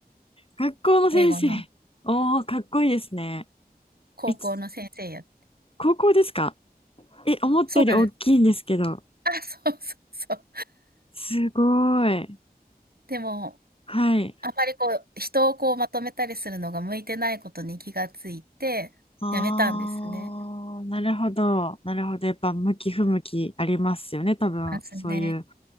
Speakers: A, on the left; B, on the right.
A: 学校の先生。
B: 英語の
A: おー、かっこいいですね。
B: 高校の先生や、
A: え、ち高校ですかえ、思ったより大きいんですけど。
B: そうなんです。あ、<laughs> そうそうそう。
A: すごい。
B: でも、
A: はい。
B: あまりこう、人をこうまとめたりするのが向いてないことに気がついて、
A: あー、
B: やめたんですね。
A: なるほど。なるほど。やっぱ向き不向きありますよね、多分。
B: ますね。
A: そういう。